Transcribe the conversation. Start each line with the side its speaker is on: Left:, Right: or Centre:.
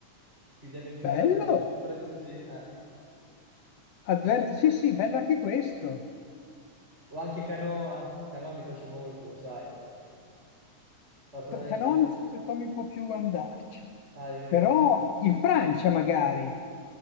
Right: Più di avventura
Left: Bello!
Right: di, più di avventura di così. eh.
Left: Advent... Sì, sì, bello anche questo.
Right: O anche Canoa. Canoa mi piace molto, lo sai. Qualcosa
Left: To-
Right: del
Left: Canò
Right: genere.
Left: non so se Tommy può più andarci,
Right: Ah, è vero.
Left: però in Francia magari.